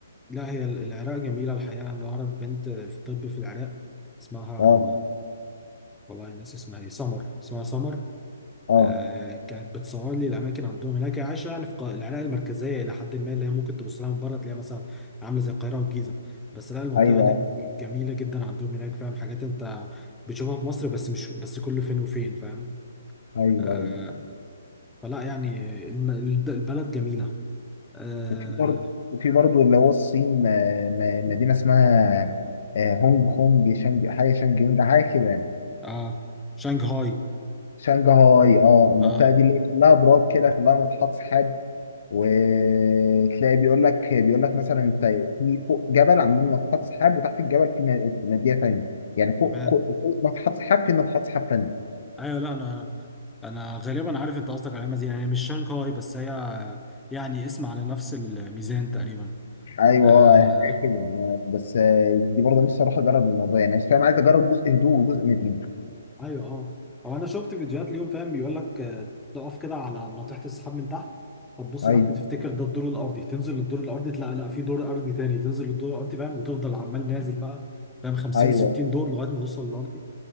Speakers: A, in the centre; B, on the left (about 60°).
A: لا هي ال- العراق جميلة الحقيقة أنا أعرف بنت في طب في العراق اسمها
B: أه
A: والله ناس اسمها إيه سمر اسمها سمر
B: أه
A: آه كانت بتصور لي الأماكن عندهم هناك هي عايشة يعني في الق- العراق المركزية إلى حد ما اللي هي ممكن تبص لها من بره تلاقيها مثلا عاملة زي القاهرة والجيزة بس لا المنطقة
B: أيوه
A: هناك جميلة جدا عندهم هناك فاهم حاجات أنت بتشوفها في مصر بس مش بس كل فين وفين فاهم
B: أيوه
A: آه
B: أيوه
A: فلا يعني الم- البلد جميلة آه,
B: وفي برضه وفي برضه اللي هو الصين آه، م- مدينة اسمها آه، هونج كونج شانج حاجة شانج يونج حاجة كده يعني
A: آه شنغهاي
B: شانجهاي أه المنطقة
A: آه
B: دي اللي هي كلها براك كده كلها ناطحات سحاب وتلاقي بيقول لك بيقول لك مثلا انت في فوق جبل عاملين ناطحات سحاب وتحت الجبل في م- مدينه ثانيه يعني فوق
A: تمام
B: كو- فوق ناطحات سحاب في ناطحات سحاب ثانيه
A: ايوه لا انا انا غالبا عارف انت قصدك على العلامه دي يعني مش شانغهاي بس هي يعني اسم على نفس الميزان تقريبا
B: ايوه
A: آه
B: آه، حاجه كده أنا- بس آه، دي برضه نفسي اروح اجرب الموضوع يعني مش فاهم عايز اجرب جزء هدوء وجزء مدينه
A: ايوه اه هو انا شفت فيديوهات ليهم فاهم بيقول لك آه، تقف كده على ناطحه السحاب من تحت فتبص
B: ايوه
A: تحت تفتكر ده الدور الارضي تنزل للدور الارضي تلاقي لا في دور ارضي تاني تنزل للدور الارضي فاهم وتفضل عمال نازل بقى فاهم 50
B: ايوه
A: 60 دور لغايه ما توصل للارضي